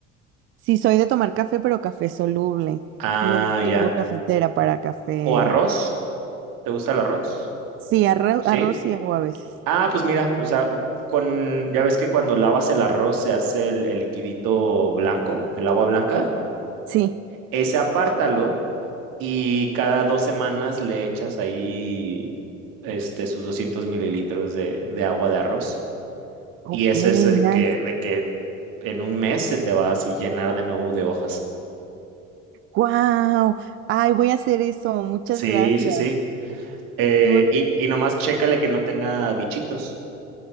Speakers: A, on the right (about 30°); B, on the right (about 50°).
A: Sí, soy de tomar café, pero café soluble.
B: Ah,
A: No tengo
B: ya.
A: cafetera para café.
B: ¿O arroz? ¿Te gusta el arroz?
A: Sí, arroz,
B: Sí.
A: arroz y agua a veces.
B: Ah, pues mira, o sea, con, ya ves que cuando lavas el arroz se hace el, el liquidito blanco, el agua blanca.
A: Sí,
B: Ese apártalo y cada dos semanas le echas ahí este, sus 200 mililitros de, de agua de arroz.
A: ok,
B: Y ese es el
A: nice.
B: que, de que en un mes se te va a así llenar de nuevo de hojas.
A: Wow, ay, voy a hacer eso, muchas
B: Sí,
A: gracias.
B: sí, sí. Eh,
A: Qué bueno.
B: y, y nomás chécale que no tenga bichitos.